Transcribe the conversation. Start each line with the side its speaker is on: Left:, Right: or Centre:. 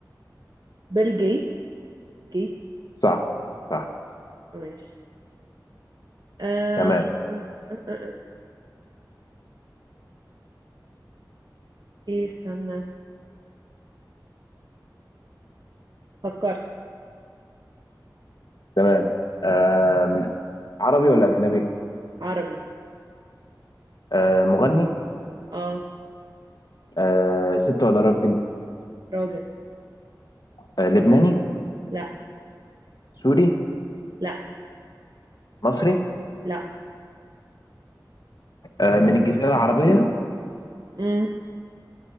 Right: بيل جيتس جيتس
Left: صح صح
Right: ماشي آه...
Left: تمام
Right: آه، آه، آه. إيه استنى فكرت
Left: تمام آه عربي ولا أجنبي
Right: عربي
Left: آه مغني
Right: اه
Left: آه ست ولا راجل
Right: راجل
Left: آه لبناني
Right: لا
Left: سوري
Right: لا
Left: مصري
Right: لا
Left: آه من الجزيرة العربية
Right: مم.